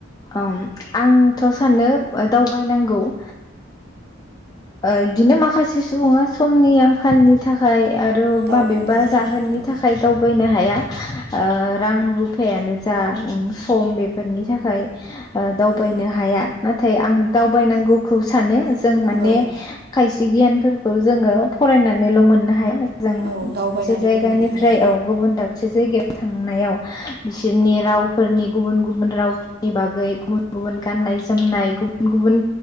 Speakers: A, on the left; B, on the right.
A: आंथ सानो दावबायनांगौ ओ ओ बिदिनो माखासे सुबुङा समनि आंखालनि थाखाय आरो
B: दावबायनो
A: माबेबा
B: हाया
A: जाहोननि
B: आरो औ
A: थाखाय दावबायनो हाया ओ रां रुफायानो जा सम बेफोरनि थाखाय ओ दावबायनो
B: औ
A: हाया नाथा नाथाय आं दावबायनांगौखौ सानो जों माने
B: औ
A: खायसे गियानफोरखौ जोङो फराय होननानैल' मोननो हाया जों मोनसे
B: औ दावबायनानैबो
A: जायगानिफ्राय
B: मोननो हायो
A: गुबुन दाब ससे जायगायाव थांनायाव बिसोरनि रावफोरनि गुबुन-गुबुन राव नि बागै गुबुन-गुबुन गाननाय जोमनाय गुबुन-गुबुन